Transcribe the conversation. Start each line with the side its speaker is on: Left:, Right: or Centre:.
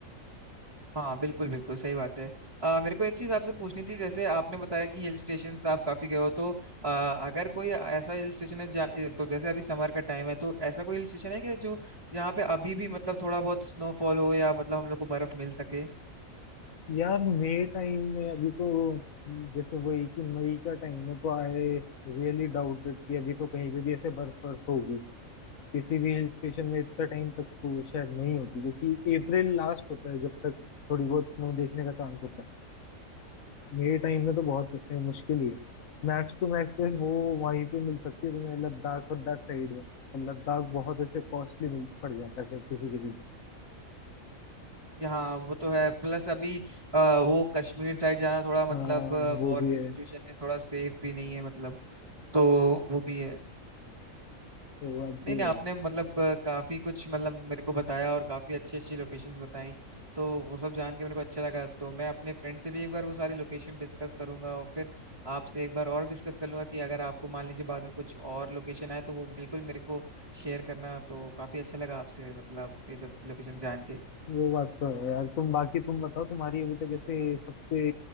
Right: हाँ बिल्कुल बिल्कुल सही बात है अ, मेरे को एक चीज आपसे पूछनी थी जैसे आपने बताया कि हिल स्टेशन आप काफी गए हो तो अ, अगर कोई ऐसा हिल स्टेशन है जा, ए, तो जैसे अभी समर का टाइम है तो ऐसा कोई हिल स्टेशन है क्या जो जहाँ पे अभी भी मतलब थोड़ा बहुत स्नोफॉल हो या मतलब हम लोग को बर्फ मिल सके
Left: है। यार मई टाइम में अभी तो जैसे वही कि मई का टाइम में तो आई रियली डाउटेड कि अभी तो कहीं पे भी ऐसे बर्फ बर्फ होगी किसी भी हिल स्टेशन में इतना टाइम तक तो शायद नहीं होती क्योंकि अप्रैल लास्ट होता है जब तक थोड़ी बहुत स्नो देखने का चांस होता है मेरे टाइम में तो बहुत किस्से हैं, मुश्किल ही है मैक्स टू मैक्स फिर वो वहीं पे मिल सकती है तुम्हें लद्दाख वद्दाख साइड में पर लद्दाख बहुत ऐसे कॉस्टली मिल पड़ जाता है फिर किसी के लिए
Right: यहाँ वो तो है प्लस अभी अ, वो कश्मीर साइड जाना थोड़ा मतलब
Left: हाँ वो
Right: वॉर
Left: भी
Right: की
Left: है
Right: सिचुएशन में थोड़ा सेफ भी नहीं है मतलब तो वो भी है
Left: वो बात
Right: नहीं
Left: भी
Right: नहीं
Left: है
Right: आपने मतलब अ, काफी कुछ मतलब मेरे को बताया और काफी अच्छी अच्छी लोकेशंस बताई तो वो सब जान के मेरे को अच्छा लगा तो मैं अपने फ्रेंड से भी एक बार वो सारी लोकेशन डिस्कस करूंगा और फिर आपसे एक बार और डिस्कस कर लूंगा कि अगर आपको मान लीजिए बाद में कुछ और लोकेशन आए तो वो बिल्कुल मेरे को शेयर करना तो काफी अच्छा लगा आपसे मतलब ये सब लोकेशन जान के
Left: वो बात तो है यार तुम बाकी तुम बताओ तुम्हारी अभी तक ऐसे सबसे